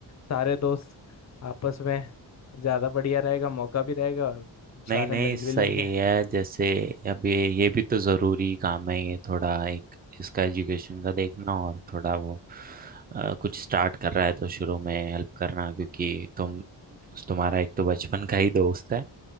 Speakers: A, on the left; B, on the right.
A: सारे दोस्त आपस में ज़्यादा बढ़िया रहेगा मौका भी रहेगा और सारे
B: नहीं नहीं
A: मिल
B: सही
A: भी लेंगे
B: है जैसे अब ये ये भी तो ज़रूरी काम है ये थोड़ा एक इसका एजुकेशन का देखना और थोड़ा वो अ, कुछ स्टार्ट कर रहा है तो शुरू में हेल्प करना क्योंकि तुम तुम्हारा एक तो बचपन का ही दोस्त है